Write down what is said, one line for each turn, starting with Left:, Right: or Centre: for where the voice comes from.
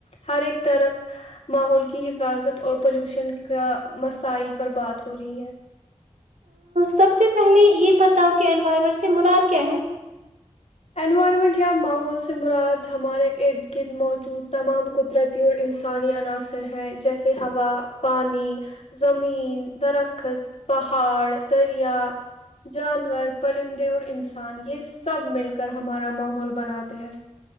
Left: ہر ایک طرف ماحول کی حفاظت اور پلیوشن کا مسائل پر بات تھوڑی ہے
Right: سب سے پہلے یہ بتاؤ کہ انوائرمنٹ سے مراد کیا ہے
Left: انوائرمنٹ یا ماحول سے مراد ہمارے ارد گرد موجود تمام قدرتی اور انسان آسانی عناصر ہیں جیسے ہوا پانی زمین درخت پہاڑ دریا جانور پرندے اور انسان یہ سب مل کر کر ہمارا ماحول بناتے ہیں